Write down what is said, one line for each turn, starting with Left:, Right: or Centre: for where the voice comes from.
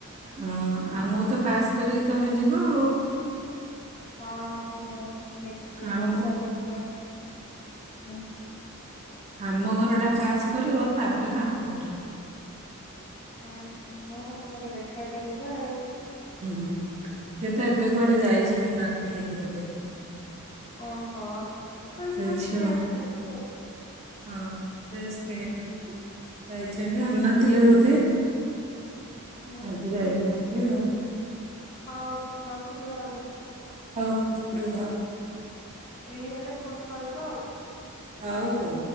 Right: ହଁ ଆଉମକୁ ତ ପାସ୍ କରିକି ତମେ ଯିବ ଆଉ।
Left: ହଁ ମୁଁ ଦେଖି
Right: ଆମ
Left: ବର୍ଷା ଦିନକା ହୁଁ
Right: ଆମ ଘରଟା ପାସ୍ କରିବ ତାପରେ ତାଙ୍କ ଘର।
Left: ହଁ ହଁ ହଁ ତମର ଦେଖା କରିବି ଆଉ
Right: ହୁଁ ହୁଁ ସେ ତ ଏବେ କୁଆଡେ ଯାଇଛନ୍ତି ମାର୍କେଟିଂ ବୋଧେ।
Left: ଓହୋ ବାସ
Right: ସେ
Left: ବାସ
Right: ଝିଅ।
Left: କିଣଆକୁ ଯାଇଥିବେ।
Right: ହଁ ଡେସ କିଣିଆ କୁ। ଯାଇଛନ୍ତି ଅନ ଥିଲେ ବୋଧେ
Left: ଆଉ।
Right: ଆଜି ଯାଇଛନ୍ତି ଆଉ।
Left: ହଉ ରଖୁଛି ଭାଉଜ।
Right: ହଉ ରୁହ।
Left: ଫ୍ରି ହେଲେ ଫୋନ୍ କରିଵ ଆଉ।
Right: ହଉ ହଉ।